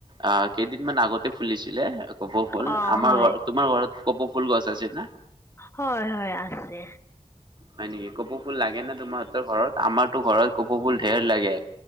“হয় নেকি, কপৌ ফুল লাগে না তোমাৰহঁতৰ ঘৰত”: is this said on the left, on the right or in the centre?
Right